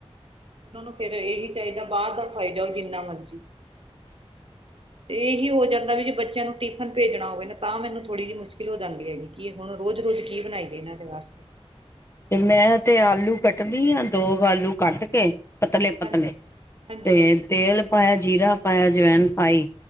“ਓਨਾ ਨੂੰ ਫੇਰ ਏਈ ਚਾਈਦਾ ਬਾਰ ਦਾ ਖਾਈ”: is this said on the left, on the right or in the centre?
Right